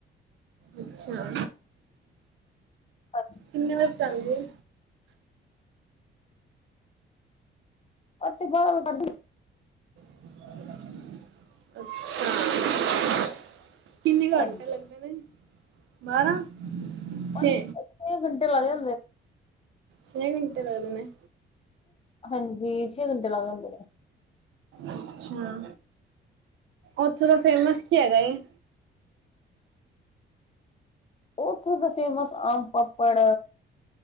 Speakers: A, on the right (about 75°); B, on the left (about 30°).
A: ਅੱਛਾ
B: <unintelligible>
A: ਕਿੰਨੇ ਵਜੇ ਚੱਲਦੀ ਏ
B: ਉੱਥੇ ਬਾਹਰ <unintelligible>
A: ਅੱਛਿਆ ਕਿੰਨੇ ਘੰਟੇ
B: ਹਾਂਜੀ
A: ਲੱਗਦੇ ਨੇ ਬਾਰਾਂ-
B: ਪੰਜ
A: ਛੇ
B: ਛੇ ਘੰਟੇ ਲੱਗ ਜਾਂਦੇ
A: ਛੇ ਘੰਟੇ ਲਗਦੇ ਨੇ
B: ਹਾਂਜੀ ਛੇ ਘੰਟੇ ਲੱਗ ਜਾਂਦੇ ਨੇ
A: ਅੱਛਾ ਉੱਥੋਂ ਦਾ ਫੇਮਸ ਕੀ ਹੈਗਾ ਏ‌?
B: ਉਥੇ ਦਾ ਫੇਮਸ ਆਮ ਪਾਪੜ